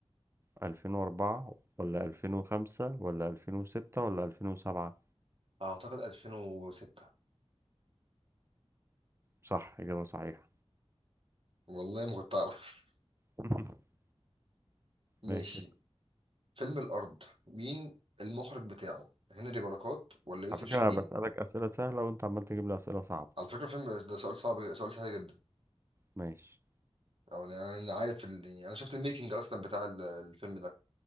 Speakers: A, on the right; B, on the right.
A: 2004 ولا 2005 ولا 2006 ولا 2007
B: اعتقد 2006
A: صح إجابة صحيحة
B: والله ما كنت اعرف
A: <laughs>
B: <laughs> ماشي
A: ماشي
B: فيلم الارض مين المخرج بتاعه هنري بركات ولا يوسف
A: على فكرة
B: شاهين
A: أنا بسألك أسئلة سهلة وأنت عمال تجيب لي أسئلة صعبة
B: على فكره الفيلم ده سؤال صعب سؤال سهل جدا
A: ماشي
B: أو يعني انا أنا عارف ال... يعني انا شفت الميكنج اصلا بتاع ال- الفيلم ده